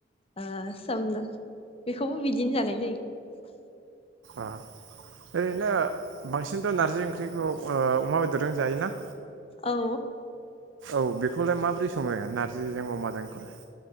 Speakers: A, on the left; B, on the right.
A: ओ सोम बेखौबो बिदिनो जानाय जायो
B: अ ओरैनो बांसिनथ' नारजि ओंख्रिखौ ओ अमा बेदरजों जायोना
A: औ
B: औ बेखौलाय माबोरै सङो नारजिजों अमाजोंखौलाय